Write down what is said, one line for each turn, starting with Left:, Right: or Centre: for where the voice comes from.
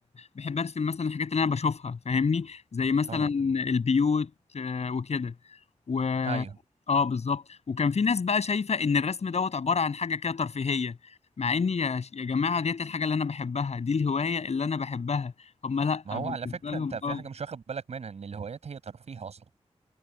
Left: بحب ارسم مثلا الحاجات اللي انا بشوفها فاهمني زي مثلا
Right: اه
Left: البيوت آه، وكده و
Right: ايوه
Left: اه بالظبط وكان في ناس بقى شايفة ان الرسم دوت عبارة عن حاجة كده ترفيهية مع اني يا يا جماعة ديت الحاجة اللي انا بحبها دي الهواية اللي انا بحبها هم لا
Right: ما هو
Left: بالنسبة
Right: على فكرة
Left: لهم
Right: انت في
Left: اه
Right: حاجة مش واخد بالك منها ان الهوايات هي ترفيه اصلا